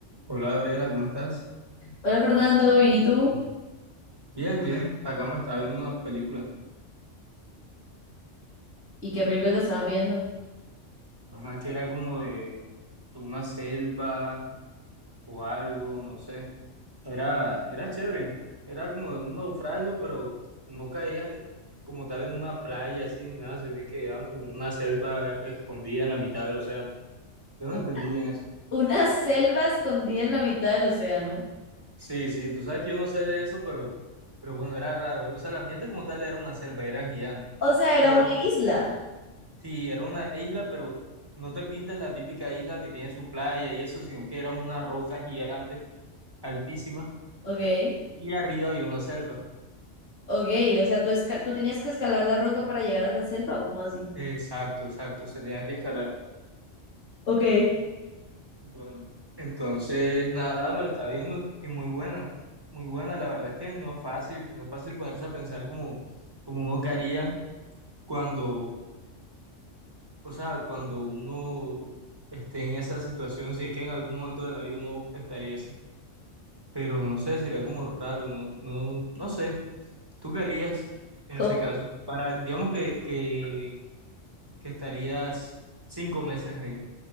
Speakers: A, on the right (about 20°); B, on the left (about 75°).
A: Hola Gabriela, ¿cómo estás?
B: Hola Fernando, bien, ¿y tú?
A: Bien, bien. Acá me estaba viendo una película.
B: ¿Y qué película te estabas viendo?
A: Una que era como de una selva o algo, no sé. Era, era chévere. Era como de un naufragio, pero no caían como tal en una playa así ni nada, sino que quedaban como en una selva escondida en la mitad del océano. Yo no
B: U-
A: entendí bien eso.
B: Una selva escondida en la mitad del océano.
A: Sí, sí, tú sabes que yo no sé de eso, pero, pero bueno, era raro. O sea, el ambiente como tal era una selva, era gigante.
B: O sea, era
A: Pero
B: una isla.
A: Sí, era una isla, pero no te pintes la típica isla que tiene su playa y eso, sino que era una roca gigante, altísima,
B: Ok,
A: y arriba había una selva.
B: ok, o sea, ¿tú, esca- tú tenías que escalar la roca para llegar a la selva o cómo así?
A: Exacto, exacto, se tenía que escalar.
B: Ok.
A: Bueno, entonces nada, me la estaba viendo y muy buena, muy buena. La verdad es que no es fácil, no es fácil ponerse a pensar como, como uno que haría cuando, o sea, cuando uno esté en esa situación, si es que en algún momento de la vida uno estaría así. pero no sé, sería como raro, no, no, no sé. ¿Tú qué harías en
B: ¿Cómo?
A: ese caso? Para, digamos que, que, que estarías cinco meses ahí.